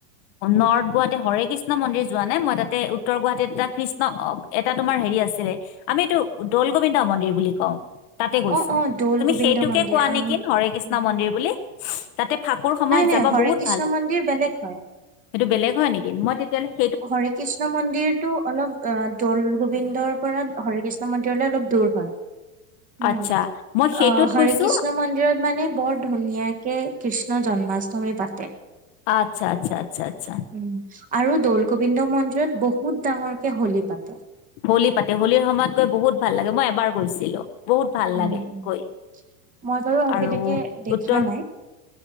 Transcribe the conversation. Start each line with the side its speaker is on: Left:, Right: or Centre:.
Left: নৰ্থ গুৱাহাটীৰ হৰে কৃষ্ণ মন্দিৰ যোৱা নাই মই তাতে উত্তৰ গুৱাহাটীত এটা কৃষ্ণ এটা তোমাৰ হেৰি আছে আছিলে আমি এইটো দৌল গোবিন্দ মন্দিৰ বুলি কওঁ। তাতে গৈছো
Right: অ অ দৌল
Left: তুমি
Right: গোবিন্দ
Left: সেইটোকে
Right: মন্দিৰ
Left: কোৱা
Right: আম
Left: নেকি হৰে কৃষ্ণ
Right: উম
Left: মন্দিৰ বুলি তাতে ফাকুৰ সময়ত
Right: নাই নাই
Left: যাব
Right: হৰে
Left: বহুত
Right: কৃষ্ণ
Left: ভাল
Right: মন্দিৰ বেলেগ হয়।
Left: সেইটো বেলেগ হয় নেকি মই তেতিয়া হ'লে
Right: হৰে কৃষ্ণ মন্দিৰটো অলপ দল গোবিন্দৰ পৰা হৰে কৃষ্ণ মন্দিৰলৈ অলপ দূৰ হয়। উম
Left: আচ্ছা মই সেইটোত
Right: অ হৰি
Left: গৈছো
Right: কৃষ্ণ মন্দিৰত মানে বৰ ধুনীয়াকে কৃষ্ণ জন্মাষ্টমী পাতে
Left: আচ্ছা আচ্ছা আচ্ছা আচ্ছা
Right: উ আৰু দল গোবিন্দ মন্দিৰত বহুত ডাঙৰ কে হলী পাত
Left: হলী পাতে হোলীৰ সময়ত গৈ বহুত ভাল লাগে মই এবাৰ গৈছিলো। বহুত ভাল
Right: উম
Left: লাগে
Right: উম।
Left: গৈ
Right: মই বাৰু আজিলৈকে
Left: আৰু
Right: দেখা
Left: উত্তৰ
Right: নাই।